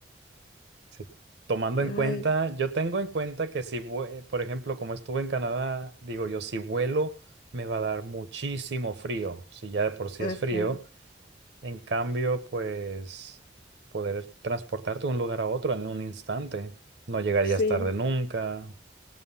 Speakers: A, on the right; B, on the left.
A: Sí. Tomando
B: Ay,
A: en cuenta, yo tengo en cuenta que si, vue- por ejemplo, como estuve en Canadá, digo yo, si vuelo, me va a dar muchísimo frío. Si ya de por sí
B: ah,
A: es frío.
B: claro.
A: En cambio, pues poder transportarte de un lugar a otro en un instante. No llegarías
B: Sí,
A: tarde nunca.